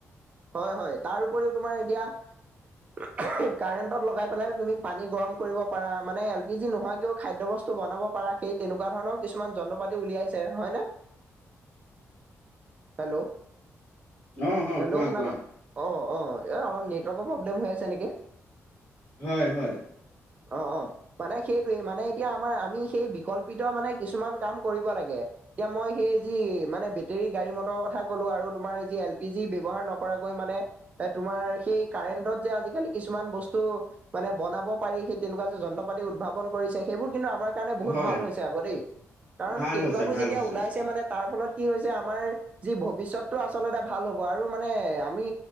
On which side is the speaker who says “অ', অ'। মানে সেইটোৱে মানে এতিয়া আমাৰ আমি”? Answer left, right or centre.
Right